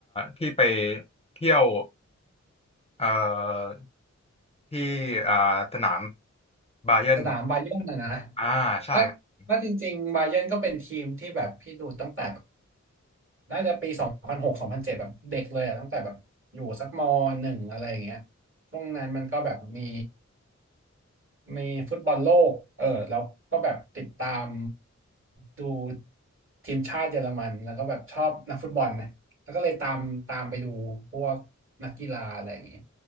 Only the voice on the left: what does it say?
ที่ไปเที่ยว เอ่อที่อ่าสนามบาเยิร์น
อ่าใช่ครับ